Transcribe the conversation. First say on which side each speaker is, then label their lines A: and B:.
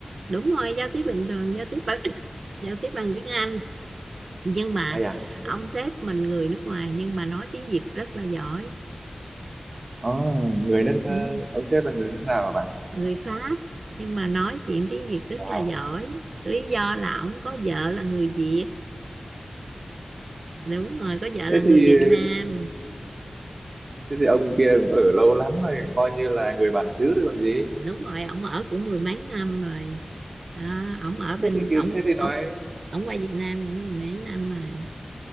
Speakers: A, on the right (about 75°); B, on the right (about 55°).
A: đúng rồi giao tiếp bình thường giao tiếp bằng <laughs> giao tiếp bằng tiếng Anh nhưng mà
B: ai à dạ.
A: ông
B: thế
A: sếp mình người nước ngoài nhưng mà nói tiếng Việt rất là giỏi
B: Ồ, người nước
A: ừ.
B: ờ, ông sếp là người nước nào hả bạn
A: người Pháp nhưng mà nói chuyện tiếng Việt rất
B: Wow.
A: là giỏi lý do là ông có vợ là người Việt đúng rồi có vợ
B: thế
A: là người
B: thì
A: Việt Nam
B: thế thì ông kia cũng ở lâu lắm rồi coi như là người bản xứ rồi còn gì
A: đúng rồi ông ở cũng mười mấy năm rồi đó, ông ở bên
B: thế thì
A: ông
B: thế thì nói
A: ông ông qua Việt Nam cũng mười mấy năm rồi